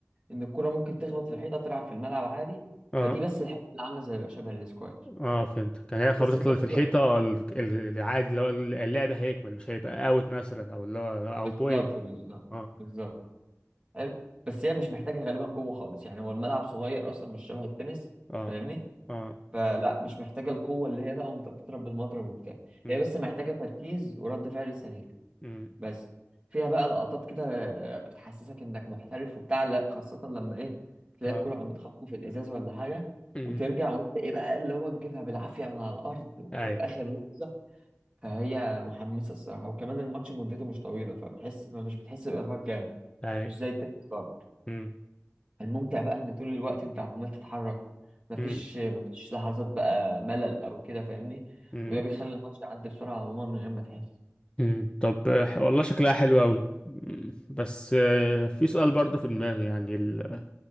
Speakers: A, on the right; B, on the left.
A: إن الكرة ممكن تخبط في الحيطة تلعب في الملعب عادي
B: اه
A: فدي بس الحتة اللي عاملة زي شبه الاسكواش
B: اه فهمتك يعني هي خبطت
A: بس في
B: اللي
A: نفس
B: في الحيطة
A: الوقت
B: ال- ال- العادي اللي هو اللعب هيكمل مش هيبقى اوت مثلا او اللي هو او
A: بالظبط
B: بوينت
A: بالظبط
B: اه
A: بالظبط حلو بس هي مش محتاجة غالبا قوة خالص يعني هو الملعب صغير أصلا مش شبه التنس
B: اه
A: فاهمني
B: اه
A: فلا مش محتاجة القوة اللي هي بقى وأنت بتضرب بالمضرب وبتاع
B: امم
A: هي بس محتاجة تركيز ورد فعل سريع
B: امم
A: بس فيها بقى لقطات كده بتحسسك انك محترف وبتاع لا خاصة لما ايه تلاقي
B: اه
A: الكرة قامت خبطة في الازاز ولا حاجة
B: امم
A: وترجع وانت ايه بقى اللي هو تجيبها بالعافية من على الارض وفي
B: اي
A: اخر لحظة فهي محمسة الصراحة وكمان الماتش مدته مش طويلة فبتحس مش بتحس بإرهاق جامد
B: اي
A: مش زي التنس برضه
B: امم
A: الممتع بقى ان طول الوقت انت عمال تتحرك مفيش
B: امم
A: مفيش لحظات بقى ملل او كده فاهمني
B: امم
A: وده بيخلي الماتش يعدي بسرعة عموما من غير ما تحس
B: امم طب آه، ح- والله شكلها حلو قوي بس آه، في سؤال برضه في دماغي يعني ال-